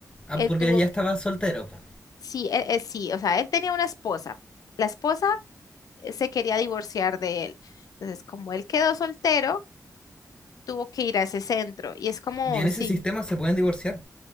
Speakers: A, on the left; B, on the left.
A: Ah,
B: él
A: porque
B: tuvo,
A: ella
B: que-
A: estaba soltero. po.
B: sí, eh, eh, sí, o sea, él tenía una esposa. La esposa eh, se quería divorciar de él. Entonces, como él quedó soltero, tuvo que ir a ese centro. Y es como,
A: Y en ese
B: sí.
A: sistema se pueden divorciar.